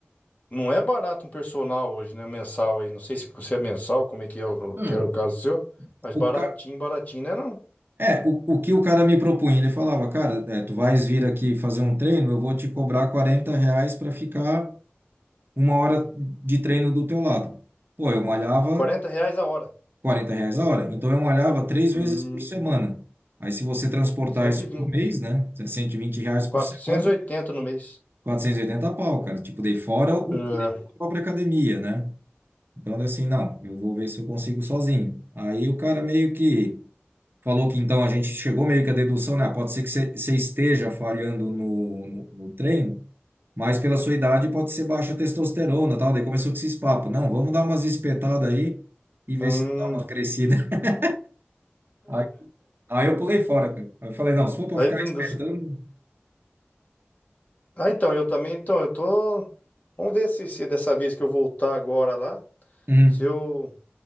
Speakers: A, on the left; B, on the right.
A: Não é barato um personal hoje, né? Mensal aí. Não sei se você é mensal, como é que é o,
B: Hum.
A: que era o caso seu, mas
B: O,
A: baratinho,
B: ca...
A: baratinho, né? Não.
B: É, o, o que o cara me propunha, ele falava, cara, é, tu vais vir aqui fazer um treino, eu vou te cobrar 40 reais para ficar uma hora de treino do teu lado. Pô, eu malhava
A: quarenta reais a hora.
B: 40 reais a hora, então eu malhava três
A: Hum,
B: vezes por semana. Aí se você transportar
A: cento
B: isso
A: e vinte
B: por mês, né, 120 reais por
A: quatrocentos
B: semana,
A: e oitenta no mês.
B: 480 pau, cara. Tipo, dei fora o
A: É.
B: custo da própria academia, né? Então, assim, não, eu vou ver se eu consigo sozinho. Aí o cara meio que falou que então a gente chegou meio que à dedução, né? Ah, Pode ser que você você esteja falhando no, no, no treino, mas pela sua idade pode ser baixa testosterona, tal. Daí começou com esses papos. Não, vamos dar umas espetadas aí e ver
A: Hum,
B: se não dá uma crescida. <laughs> Aí, aí eu pulei fora, cara. Aí eu falei, não, se for pra
A: daí,
B: ficar
A: de-
B: espetando.
A: dos- ah, então, eu também, então, eu tô. Vamos ver se, se dessa vez que eu voltar agora lá,
B: Uhum,
A: se eu,